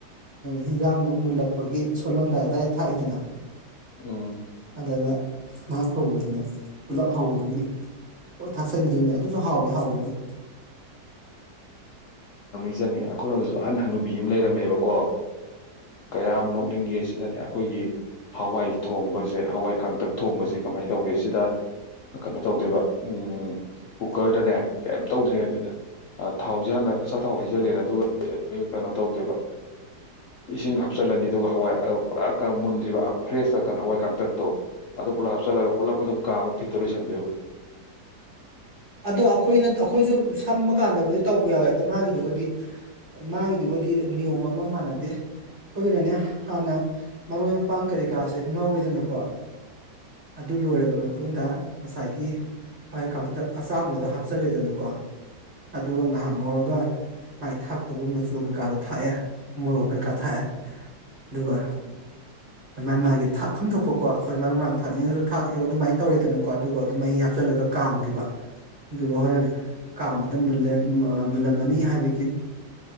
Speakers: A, on the right (about 40°); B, on the left (about 70°).
A: ꯍꯤꯟꯖꯥꯡꯗꯣ ꯃꯨꯜꯂꯛꯄꯒꯤ ꯁꯣꯜꯂꯝꯗꯥꯏ ꯑꯗꯥꯋꯥꯏꯗ ꯊꯥꯛꯏꯗꯅ
B: ꯎꯝ
A: ꯑꯗꯅ ꯉꯍꯥꯟ ꯊꯣꯡꯕꯗꯨꯅꯦ ꯄꯨꯂꯞ ꯍꯥꯎꯕꯗꯒꯤ ꯍꯣꯏ ꯊꯥꯛꯆꯟꯈꯤꯗꯣꯏꯅꯦ ꯑꯗꯨꯁꯨ ꯍꯥꯎꯋꯦ ꯍꯥꯎꯕꯗꯤ
B: ꯆꯅꯤꯡꯉ ꯑꯩꯈꯣꯔꫭꯝꯒꯤꯁꯨ ꯑꯍꯟ ꯍꯅꯨ ꯄꯤ ꯑꯃ ꯂꯩꯔꯝꯃꯦꯕꯀꯣ ꯀꯌꯥꯝ ꯅꯣꯛꯅꯤꯡꯒꯦ ꯁꯤꯗꯅꯦ ꯑꯩꯈꯣꯏꯒꯤ ꯍꯋꯥꯏ ꯊꯣꯡꯕꯁꯦ ꯍꯋꯥꯏ ꯀꯥꯡꯇꯛ ꯊꯣꯡꯕꯁꯦ ꯀꯃꯥꯏꯅ ꯇꯧꯒꯦ ꯁꯤꯗ ꯀꯩꯅꯣ ꯇꯧꯗꯦꯕ ꯎꯝ ꯀꯨꯀꯔꯗꯅꯦ ꯀꯩꯝ ꯇꯧꯗ꯭ꯔꯦ ꯑꯗꯨꯅꯦ ꯊꯥꯎꯁꯦ ꯍꯥꯟꯅ ꯑꯆꯥ ꯊꯥꯎ ꯍꯩꯖꯤꯜꯂꯦꯅ ꯑꯗꯨꯒ ꯀꯩꯅꯣ ꯇꯧꯗꯦꯕ ꯏꯁꯤꯡ ꯍꯥꯞꯆꯤꯜꯂꯅꯤ ꯑꯗꯨꯒ ꯍꯋꯥꯏ ꯄꯨꯔꯥ ꯀ ꯃꯨꯟꯗ꯭ꯔꯤꯕ ꯐ꯭ꯔꯦꯁꯇ ꯀꯣ ꯍꯋꯥꯏ ꯀꯥꯡꯇꯛꯇꯣ ꯑꯗꯨ ꯄꯨꯂꯞ ꯍꯥꯞꯆꯤꯜꯂꯒ ꯄꯨꯂꯞ ꯑꯗꯨꯝ ꯀꯥꯃ ꯐꯤꯠꯇ ꯂꯣꯏꯁꯟꯗꯣꯏꯕ
A: ꯑꯗꯣ ꯑꯩꯈꯣꯏꯅ ꯑꯩꯈꯣꯏꯁꯨ ꯁꯝꯕ ꯀꯥꯟꯗꯕꯨꯗꯤ ꯇꯧꯕ ꯌꯥꯎꯋꯦ ꯑꯗꯣ ꯃꯥꯒꯤꯗꯨꯒꯗꯤ ꯃꯥꯒꯤꯗꯨꯒꯗꯤ ꯅꯤꯌꯣꯝ ꯑꯃ ꯃꯥꯟꯅꯗꯦ ꯑꯩꯈꯣꯏꯒꯤꯅꯅꯦ ꯍꯥꯟꯅ ꯃꯔꯣꯏ ꯃꯄꯥꯡ ꯀꯔꯤ ꯀꯔꯥꯁꯦ ꯉꯧꯔꯤꯗꯅꯀꯣ ꯑꯗꯨ ꯂꯣꯏꯔꯕ ꯃꯇꯨꯡꯗ ꯉꯁꯥꯏꯒꯤ ꯍꯋꯥꯏ ꯀꯇꯛ ꯑꯆꯥꯝꯕꯗꯣ ꯍꯥꯞꯆꯤꯜꯂꯤꯦꯗꯅꯀꯣ ꯑꯗꯨꯒ ꯉꯥꯏꯍꯥꯛ ꯉꯧꯔꯒ ꯃꯥꯏ ꯊꯥꯛꯇꯧꯕ ꯃꯆꯨ ꯀꯩꯀꯥꯗ ꯊꯥꯛꯑꯦ ꯃꯣꯔꯣꯛ ꯀꯩꯀꯥ ꯊꯥꯛꯑꯦ ꯑꯗꯨꯒ ꯑꯗꯨꯥꯏ ꯃꯥꯒꯤ ꯊꯥꯛ ꯈꯝꯗꯣꯛꯄꯀꯣ ꯑꯩꯈꯣꯏ ꯃꯔꯨ ꯃꯔꯥꯡ ꯊꯥꯛꯅꯤꯡꯉꯁꯨ ꯊꯥꯛꯑ ꯑꯗꯨꯃꯥꯏꯅ ꯇꯧꯔꯦꯗꯅꯀꯣ ꯑꯗꯨꯒ ꯑꯗꯨꯝ ꯃꯍꯤ ꯍꯥꯞꯆꯤꯜꯂꯒ ꯀꯥꯝꯈꯤꯕ ꯑꯗꯨꯒ ꯍꯣꯔꯦꯟ ꯀꯥꯝꯕꯗ ꯃꯨꯜꯂꯝꯃꯅꯤ ꯍꯥꯏꯕꯒꯤ